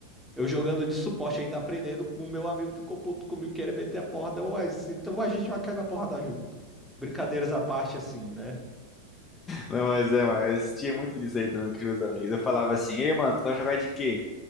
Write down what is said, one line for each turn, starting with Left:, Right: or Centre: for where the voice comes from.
Centre: eu jogando de suporte ainda aprendendo, o meu amigo ficou puto comigo, queria meter a porrada, eu, Ué, então a gente vai cair na porrada junto. Brincadeiras à parte, assim, né?
Left: não, mas é, mas tinha muito disso aí também com os meus amigos. Eu falava assim, ei, mano, tu vai jogar de quê?